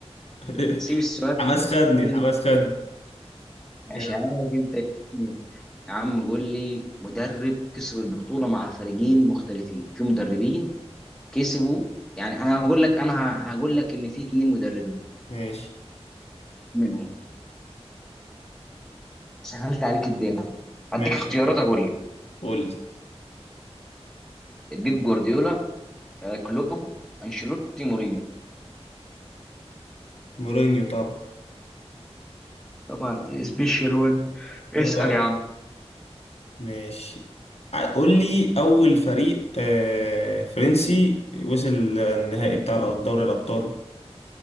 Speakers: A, on the left (about 70°); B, in the centre.
A: <laughs>
B: سيب السؤال
A: الحماس خدني
B: ده.
A: الحماس خدني يلا.
B: مش عارف انت إيه. يا عم قول لي مدرب كسب البطولة مع فريقين مختلفين في مدربين كسبوا يعني انا هقول لك انا ه- هقول لك ان في اتنين مدربين
A: ماشي
B: منهم سهلت عليك الدنيا هديك
A: ماشي
B: اختيارات
A: يا عم
B: اقول لك
A: قول لي
B: بيب جوارديولا آه، كلوب انشيلوتي مورينيو
A: مورينيو طبعا
B: طبعا سبيشال وان اسأل
A: اه
B: يا عم
A: ماشي ع- قول لي اول فريق آه فرنسي وصل النهائي بتاع دوري الابطال